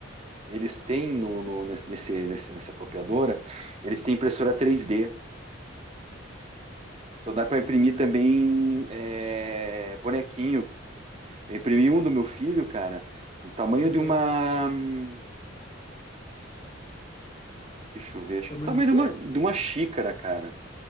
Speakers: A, on the right; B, on the left.
A: eles têm no, no- nesse, nesse- nessa copiadora, eles têm impressora 3D. Então dá para imprimir também é, bonequinho. Eu imprimi um do meu filho, cara, do tamanho
B: aham.
A: de uma. hum, Deixa eu ver, acho
B: Tamanho
A: que do tamanho
B: do quê?
A: de uma, de uma xícara, cara.